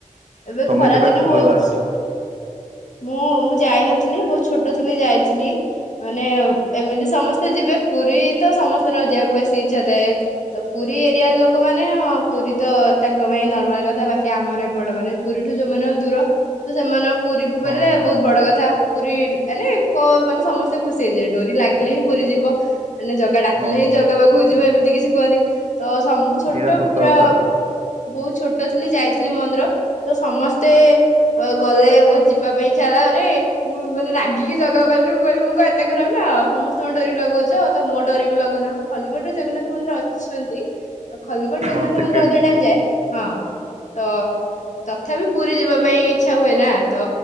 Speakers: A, on the left; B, on the right.
A: ଏବେ
B: ତମେ
A: ଖରା
B: କେବେ
A: ଦିନ
B: ଆସିଥିଲ
A: ହଉଛି
B: ଲାଷ୍ଟରେ
A: ମୁଁ ଯାଇନଥିଲି ବହୁତ ଛୋଟ ଥିଲି ଯାଇଥିଲି। ମାନେ ଏମିତି ସମସ୍ତେ ଯିବେ ପୁରୀ ତ ସମସ୍ତଙ୍କର ଯିବାକୁ ବେଶୀ ଇଚ୍ଛା ଥାଏ। ତ ପୁରୀ ଏରିଆ ଲୋକ ମାନେ ହଁ ପୁରୀ ତ ତାଙ୍କ ପାଇଁ ନ କଥା ବାକି ଆମର ଏପଡ ମାନେ ପୁରୀଠୁ ଯୋଉମାନେ ଦୂର ତ ସେମାନେ ପୁରୀ
B: ହଁ
A: ବୋଲେ
B: ହଁ
A: ବହୁତ ବଡ କଥା ପୁରୀ ମାନେ କ ମାନେ ସମସ୍ତେ ଖୁସି ହେଇଯିବେ ଡୋରି ଲାଗିଲେ ହିଁ ପୁରୀ ଯିବ ମାନେ ଜଗା ଡାକିଲେ
B: ହଁ
A: ହିଁ ଜଗା ପାଖକୁ ଯିବ ଏମିତି କିଛି କୁହନ୍ତି। ତ ଛୋଟ
B: ଏଇଟା ସତ
A: ପୁରା
B: କଥା
A: ବହୁତ ଛୋଟ ଛୋଟ ଥିଲି ଯାଇଥିଲି ମନ୍ଦିର ତ ସମସ୍ତେ ଗଲେ ବ ଯିବା ପାଇଁ ଇଛା ହେଲା ମାନେ ମୁଁ ମାନେ ରାଗିକି ଜଗାକୁ କହିଥିଲି ମୁଁ କହିଲି ମୁଁ କଣ ଏତେ ଖରପ ନା କଣ ସମସ୍ତଙ୍କ ଡୋରି ଲଗଉଛ ତ ମୋ ଡୋରି ବି ଲଗଉନ। ଖଲିଗଡ ରେ ଜଗନ୍ନାଥ ମନ୍ଦିର ଅଛନ୍ତି ଖଲିଗଡ ଜଗନ୍ନାଥ
B: ହଁ ସେକେଣ୍ଡ
A: ମନ୍ଦିର ଅଧିକ ଟାଇମ ଯାଏ ହଁ। ତ ତଥାପି ପୁରୀ ଯିବା ପାଇଁ ଇଚ୍ଛା ହୁଏ ନା ତ